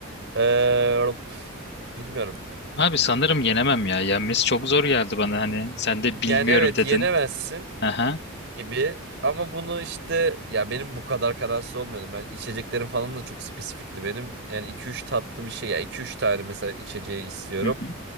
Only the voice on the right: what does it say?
Ee, bilmiyorum.
Yani
evet
yenemezsin
gibi ama bunu işte ya benim bu kadar kararsız olmuyordum. Ben içeceklerim falan da çok spesifikti benim. Yani iki üç tatlı bir şey ya iki üç tane mesela içeceği istiyorum.